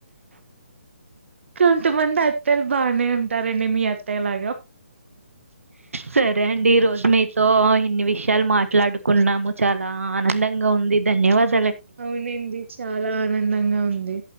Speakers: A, on the right (about 60°); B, on the right (about 80°).
A: కొంతమంది అత్తలు బానే ఉంటారండి మీ అత్తయ్య లాగా
B: సరే అండి ఈ రోజు మి సో ఇన్ని విషయాలు మాట్లాడుకున్నాము చాలా ఆనందంగా ఉంది ధన్యవాదా
A: అవునండి చాలా ఆనందంగా ఉంది